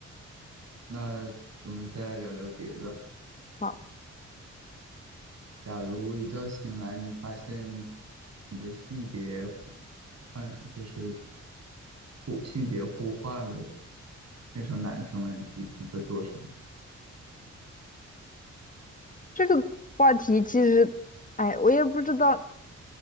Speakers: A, on the right (about 60°); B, on the left (about 25°).
A: 那我们再聊聊别的。
B: 好，
A: 假如一觉醒来，你发现你的性别换，就是互性别互换了，变成男生了，你第一天会做什么？
B: 这个话题其实，哎，我也不知道